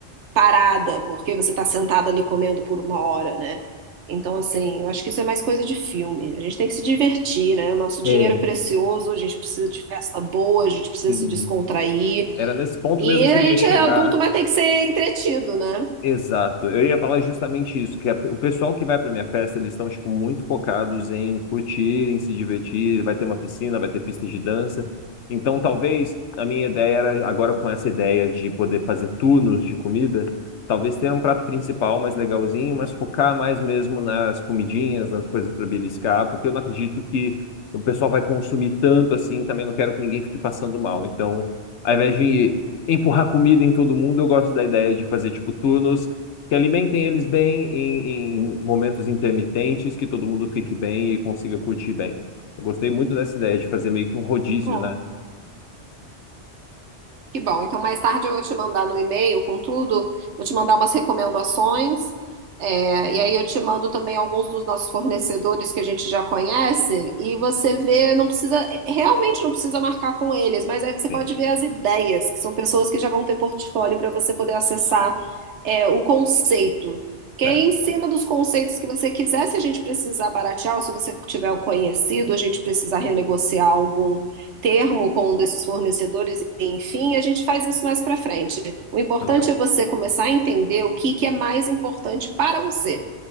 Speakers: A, on the right; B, on the left.
A: parada, porque você está sentado ali comendo por uma hora, né? Então, assim, eu acho que isso é mais coisa de filme. A gente tem que se divertir, né? O nosso
B: É,
A: dinheiro é precioso, a gente precisa de festa boa, a gente precisa
B: sim.
A: se descontrair.
B: Era nesse ponto
A: E
B: mesmo que
A: a
B: eu
A: gente
B: ia chegar
A: é adulto, mas tem que ser entretido, né?
B: Exato. Eu ia falar justamente isso, que a- o pessoal que vai para minha festa, eles estão tipo muito focados em curtir, em se divertir, vai ter uma piscina, vai ter pista de dança. Então, talvez a minha ideia era agora com essa ideia de poder fazer turnos de comida, talvez ter um prato principal mais legalzinho, mas focar mais mesmo nas comidinhas, nas coisas para beliscar, porque eu não acredito que o pessoal vai consumir tanto assim, também não quero que ninguém fique passando mal. Então, ao invés de empurrar comida em todo mundo. Eu gosto da ideia de fazer tipo turnos que alimentem eles bem em, em momentos intermitentes, que todo mundo fique bem e consiga curtir bem. Eu gostei muito dessa ideia de fazer meio que um rodízio,
A: Bom,
B: né?
A: que bom. Então, mais tarde eu vou te mandar no e-mail com tudo, vou te mandar umas recomendações, é, e aí eu te mando também alguns dos nossos fornecedores que a gente já conhece, e você vê, não precisa, realmente não precisa marcar com eles, mas aí você
B: Sim,
A: pode ver as ideias, que são pessoas que já vão ter portfólio para você poder acessar, é, o conceito. Que
B: é,
A: aí em cima dos conceitos que você quiser, se a gente precisar baratear, ou se você tiver um conhecido, a gente precisar renegociar algum termo com um desses fornecedores, enfim, a gente faz isso mais para frente. O importante
B: legal,
A: é você começar a entender o que, que é mais importante para você,